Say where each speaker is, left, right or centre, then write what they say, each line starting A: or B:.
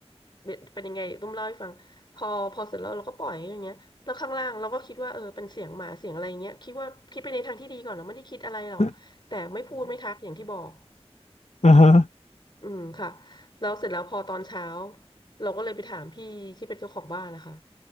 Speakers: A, on the left; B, on the left.
A: ไม่เป็นยังไงตุ้มเล่าให้ฟังพอพอเสร็จแล้วเราก็ปล่อยอย่างเงี้ยแล้วข้างล่างเราก็คิดว่าเออเป็นเสียงหมาเสียงอะไรเงี้ยคิดว่าคิดไปในทางที่ดีก่อนเราไม่ได้คิดอะไรหรอกแต่ไม่พูดไม่ทักอย่างที่บอก
B: <laughs> อ่าฮะ
A: อืมค่ะแล้วเสร็จแล้วพอตอนเช้าเราก็เลยไปถามพี่ที่เป็นเจ้าของบ้านนะคะ